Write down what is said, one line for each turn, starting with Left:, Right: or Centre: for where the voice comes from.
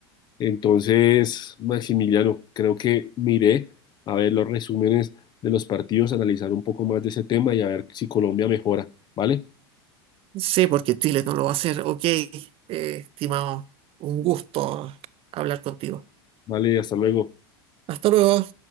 Left: Entonces, Maximiliano, creo que miré a ver los resúmenes de los partidos, analizar un poco más de ese tema y a ver si Colombia mejora. ¿Vale?
Right: Sí, porque Chile no lo va a hacer. Ok, eh, estimado, un gusto hablar contigo.
Left: Vale, hasta luego.
Right: Hasta luego.